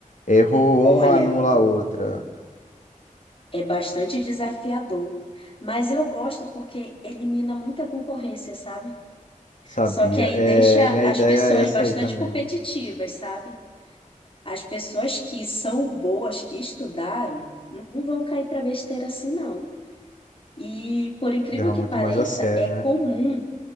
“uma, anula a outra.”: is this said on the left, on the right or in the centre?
Left